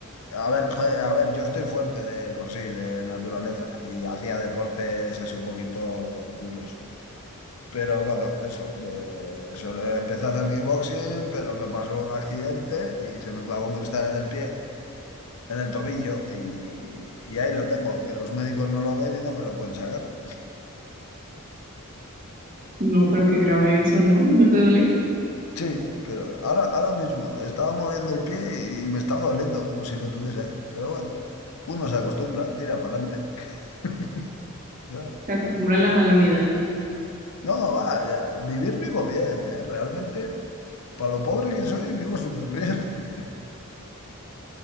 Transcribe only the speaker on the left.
A ver, joder, a ver, yo estoy fuerte de por sí, de naturaleza, y hacía deportes así un poquito duros. Pero bueno, eso, eh, eso, eh, empecé a hacer kickboxing, pero me pasó un accidente y se me clavó un cristal en el pie, en el tobillo, y, y ahí lo tengo, que los médicos no lo ven y no me lo pueden sacar.
Sí, pero ahora, ahora mismo estaba moviendo el pie y, y me estaba doliendo como si lo tuviese ahí. Pero bueno, uno se acostumbra, tira para adelante. <laughs> Ya.
No, va, ya, vivir vivo bien, ¿eh? Realmente, para lo pobre que soy, vivo súper bien. <laughs>